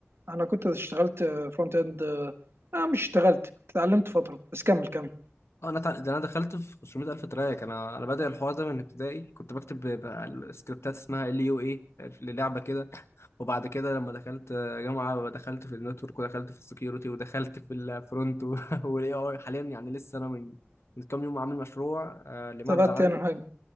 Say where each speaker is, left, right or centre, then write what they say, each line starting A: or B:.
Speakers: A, on the right (about 65°); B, on the left (about 80°).
A: انا كنت اشتغلت فرونت اند اه مش اشتغلت كنت اتعلمت فتره بس كمل كمل
B: اه انا تع... ده انا دخلت في 500000 تراك انا انا بادئ الحوار ده من ابتدائي كنت بكتب ب- بقى السكريبتات اسمها ال يو اي للعبه كده <laughs> وبعد كده لما دخلت جامعه دخلت في النتورك ودخلت في السكيورتي ودخلت في الفرونت والاي اي <laughs> حاليا يعني لسه انا من من كام يوم عامل مشروع آه لماده
A: ثبت
B: عندي
A: يعني حاجه